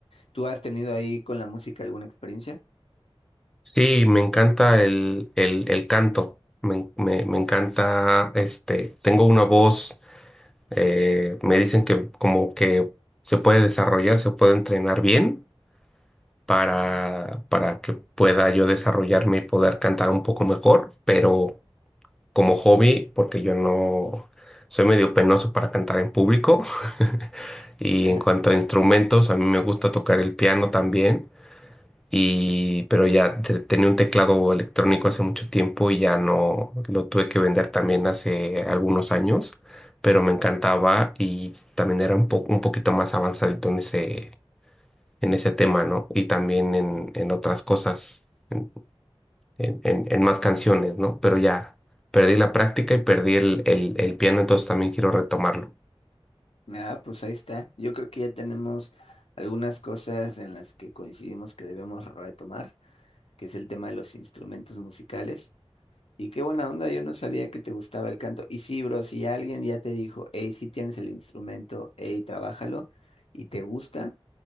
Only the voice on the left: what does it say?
¿Tú has tenido ahí con la música alguna experiencia?
<laughs>
Sí.
Ah, pues ahí está. Yo creo que ya tenemos algunas cosas en las que coincidimos que debemos retomar, que es el tema de los instrumentos musicales. Y qué buena onda, yo no sabía que te gustaba el canto. Y sí, bro, si alguien ya te dijo, hey, sí tienes el instrumento, hey, trabájalo, y te gusta,